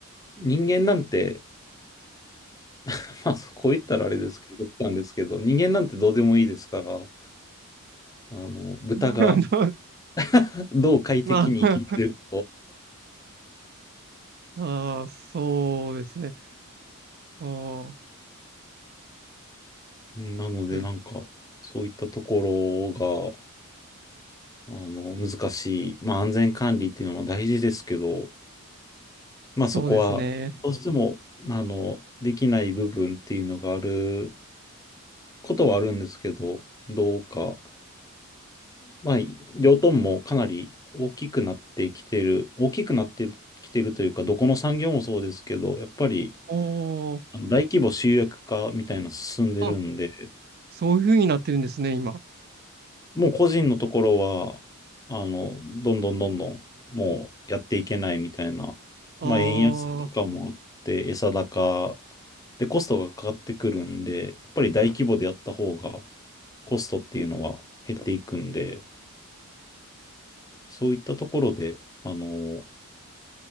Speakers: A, on the left; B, on the right.
A: 人間なんて、<laughs> まあ、こう言ったらあれですけど、極端ですけど、人間なんてどうでもいいですから、あの、豚が
B: <laughs>
A: <laughs> どう快適に生きれるか
B: まあ、あー、そうですね。あー
A: うんなので、
B: う
A: なんか、そういったところが、あの、難しい。まあ、安全管理っていうのも大事ですけど、まあ、
B: そうですね。
A: そこは、どうしても、あの、できない部分っていうのがあることはあるんですけど、どうか、まあ、両トンもかなり大きくなってきてる、大きくなってきてるというか、どこの産業もそうですけど、やっぱり、
B: おー、
A: あの大規模集約化みたいなの進んでるんで、
B: あ、そういう風になってるんですね、今。
A: もう個人のところは、あの、どんどんどんどん、もうやっていけないみたいな、まあ、
B: あ
A: 円安とかもあって、
B: ー、
A: 餌高でコストがかかってくるんで、やっぱり大規模でやった方がコストっていうのは減っていくんで、そういったところで、あの、